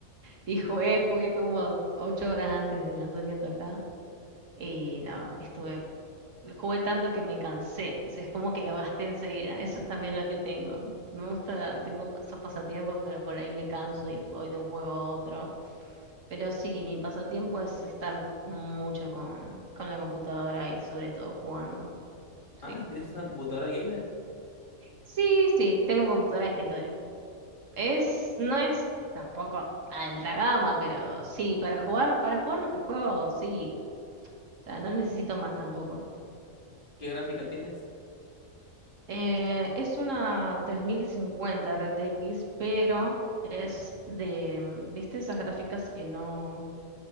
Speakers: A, on the right; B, on the left.
A: Y jugué, jugué como ocho horas antes del lanzamiento acá. Y no, estuve, jugué tanto que me cansé. O sea, es como que lo gasté enseguida. Eso es también lo que tengo. Me gusta, tengo esos pasatiempos, pero por ahí me canso y voy de un juego a otro. Pero sí, mi pasatiempo es estar mucho con, con la computadora y sobre todo jugando.
B: Ah,
A: Sí.
B: tienes una computadora gamer.
A: Sí, sí, tengo computadora de escritorio. Es, no es tampoco alta gama, pero sí, para jugar, para jugar lo que juego, sí. O sea, no necesito más tampoco.
B: ¿Qué gráfica tienes?
A: Eh, es una 3050 RTX, pero es de, mm, ¿viste esas gráficas que no,